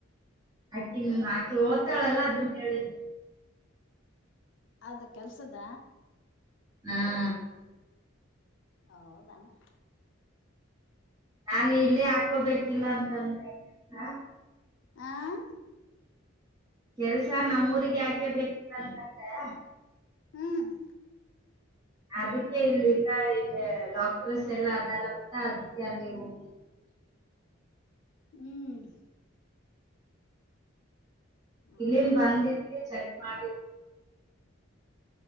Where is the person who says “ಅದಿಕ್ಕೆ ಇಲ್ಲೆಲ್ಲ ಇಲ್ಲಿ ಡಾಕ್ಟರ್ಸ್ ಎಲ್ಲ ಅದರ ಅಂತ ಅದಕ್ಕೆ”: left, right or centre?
Right